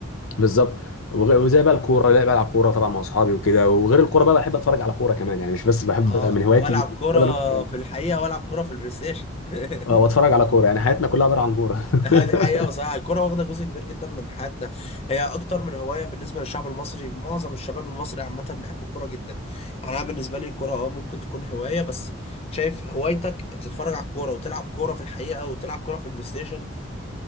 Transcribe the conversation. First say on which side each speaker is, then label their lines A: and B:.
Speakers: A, on the left; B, on the left.
A: بالظبط وغ- وزي
B: آه،
A: بقى الكوره لا بلعب كوره طبعا مع اصحابي وكده وغير الكوره
B: اكيد
A: بقى بحب اتفرج على كوره كمان يعني مش بس بحب
B: اه
A: من هواياتي
B: والعب كره
A: ولا أنا-
B: في الحقيقه والعب كره في البلاي ستيشن <laughs>
A: آه، واتفرج على كوره يعني حياتنا كلها عباره عن كوره
B: <laughs> آه، دي
A: <laughs>
B: حقيقة بصراحة الكرة واخدة جزء كبير جدا من حياتنا هي أكتر من هواية بالنسبة للشعب المصري معظم الشباب المصري عامة بيحب الكرة جدا يعني أنا بالنسبة لي الكرة أه ممكن تكون هواية بس شايف هوايتك تتفرج على الكورة وتلعب كورة في الحقيقة وتلعب كورة في البلاي ستيشن